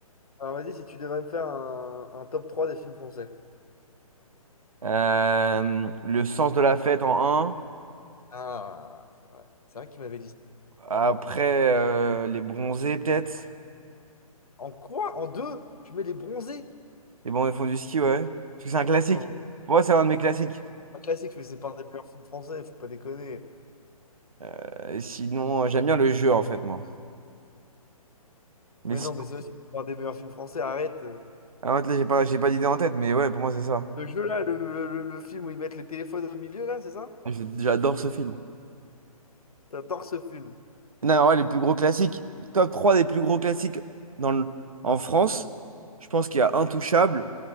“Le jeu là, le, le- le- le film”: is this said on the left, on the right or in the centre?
Left